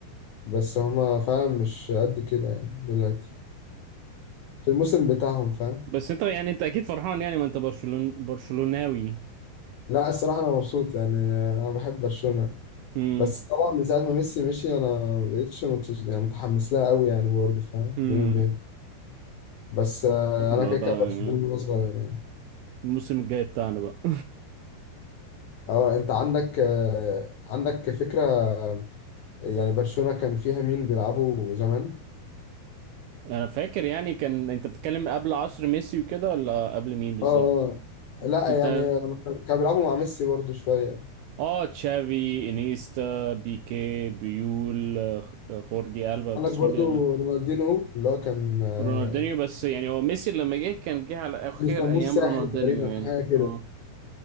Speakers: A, on the left (about 80°); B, on the right (about 80°).
A: بس هما فعلا مش قد كده يعني دلوقتي في الموسم بتاعهم فاهم
B: بس انت يعني انت اكيد فرحان يعني ما انت برشلون برشلوناوي
A: لا الصراحة أنا مبسوط يعني أنا بحب برشلونة
B: امم
A: بس طبعا من ساعة ما ميسي مشي أنا مبقتش متش... يعني متحمس لها قوي يعني برضه فاهم
B: امم
A: بيني وبين بس آه،
B: يلا
A: أنا كده
B: بقى
A: كده برشلونة
B: يعني
A: وأنا صغير يعني
B: الموسم الجاي بتاعنا بقى
A: اه أنت عندك آه، عندك فكرة يعني برشلونة كان فيها مين بيلعبوا زمان
B: <laughs> انا فاكر يعني كان انت بتتكلم قبل عصر ميسي وكده ولا قبل مين بالظبط
A: اه آه. لا
B: كنت
A: يعني كانوا بيلعبوا مع ميسي برضو شوية
B: اه تشافي انيستا بيكي بيول آه، خوردي ألبا بس
A: عندك برضو
B: خوردي ألبا
A: رونالدينهو اللي هو كان آه،
B: رونالدينيو بس يعني هو ميسي لما جه كان جه على اخر
A: بيسموه
B: ايام
A: الساحر
B: رونالدينيو
A: تقريبا
B: يعني
A: حاجة كده
B: اه